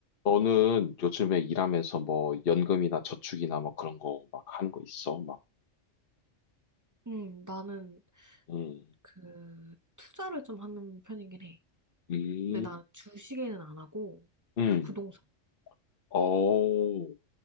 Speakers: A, on the left (about 50°); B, on the right (about 20°).
A: 너는 요즘에 일하면서 뭐 연금이나 저축이나 뭐 그런 거 막 하는 거 있어? 막,
B: 음, 나는
A: 음,
B: 그 투자를 좀 하는 편이긴 해.
A: 음,
B: 근데 난 주식에는 안 하고
A: 음,
B: 부동산.
A: 어,